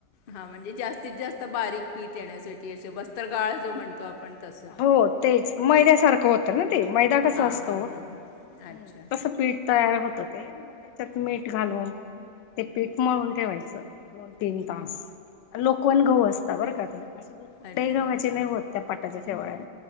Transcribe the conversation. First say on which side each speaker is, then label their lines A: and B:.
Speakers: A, on the left; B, on the left.
A: हा म्हणजे जास्तीत जास्त बारीक पीठ येण्यासाठी असे, वस्त्रगाळ जो म्हणतो आपण तसं
B: हो तेच मैद्यासारखं होतं ना ते. मैदा कसा
A: हां
B: असतो?
A: हां हां
B: हुं.
A: अच्छा
B: तस पीठ तयार होत ते, मग त्याच्यात मीठ घालून ते पीठ मळून ठेवायचं. दोन तीन तास, लोकवन गहु असता बरं का ते? असे कुठल्याही
A: अच्छा
B: गव्हाचे
A: ओके
B: नाही होत त्या पाटाच्या शेवाळ्या.